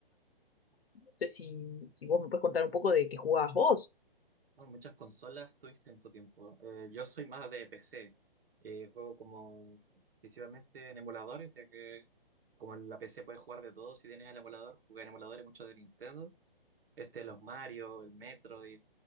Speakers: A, on the left (about 90°); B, on the right (about 75°).
A: no sé si, si vos me puedes contar un poco de qué jugabas vos.
B: No, muchas consolas tuviste en tu tiempo. Eh, yo soy más de PC. Eh, juego como principalmente en emuladores, ya que como en la PC puedes jugar de todo, si tienes el emulador, jugué en emuladores muchos de Nintendo. este, los Mario, el Metroid,